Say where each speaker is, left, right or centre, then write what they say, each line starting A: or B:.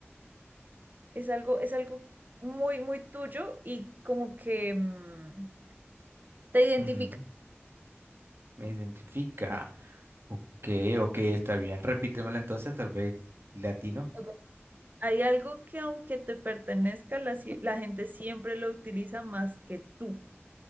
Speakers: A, on the right; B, on the right.
A: es algo, es algo muy, muy tuyo y como que mm, te identifica.
B: ujú, Me identifica. Ok, ok, está bien. Repítemelo entonces, tal vez latino.
A: Ok, Hay algo que aunque te pertenezca, la, sie- la gente siempre lo utiliza más que tú.